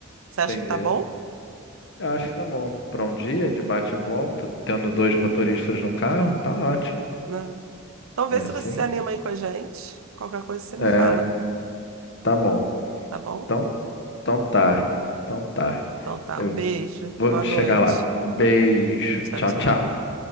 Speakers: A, on the right (about 80°); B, on the left (about 60°).
A: Você acha
B: Entendi.
A: que tá bom?
B: Eu acho que tá bom. Para um dia de bate-volta, tendo dois motoristas no carro, tá ótimo.
A: Né? Então vê
B: Assim.
A: se você se anima aí com a gente. Qualquer coisa você me
B: É.
A: fala,
B: Tá bom.
A: tá bom?
B: Então, então tá. Então tá.
A: Então tá,
B: Eu
A: um beijo,
B: vou
A: boa
B: chegar
A: noite.
B: lá. Beijo.
A: Tchau,
B: Tchau,
A: tchau.
B: tchau.